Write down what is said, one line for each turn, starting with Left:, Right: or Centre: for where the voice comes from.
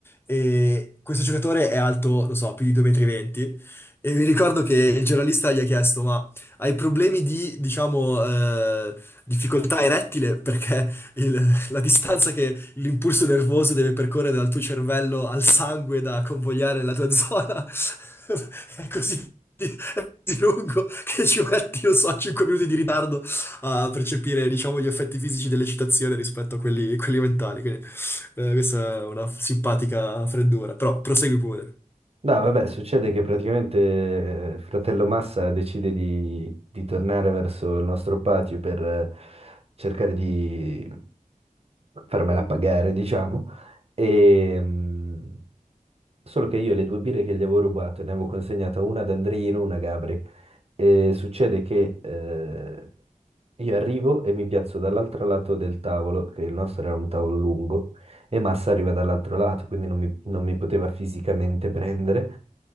Left: E questo giocatore è alto, non so, più di 2,20 m. E mi ricordo che il giornalista gli ha chiesto: Ma hai problemi di, diciamo, eh, difficoltà erettile? Perché il- la distanza che l'impulso nervoso deve percorrere dal tuo cervello al sangue da convogliare la tua zona <laughs> è così, è così lungo che ci metti, non so, 5 minuti di ritardo a percepire, diciamo, gli effetti fisici dell'eccitazione rispetto a quelli, quelli mentali. Quindi, eh, questa è una simpatica freddura, però prosegui pure.
Right: No, vabbè, succede che praticamente eh, fratello Massa decide di, di tornare verso il nostro patio per eh, cercare di farmela pagare, diciamo. E, mm, solo che io le due birre che gli avevo rubato, ne avevo consegnata una ad Andrino, una a Gabri. E succede che eh, io arrivo e mi piazzo dall'altro lato del tavolo, che il nostro era un tavolo lungo, e Massa arriva dall'altro lato, quindi non mi, non mi poteva fisicamente prendere.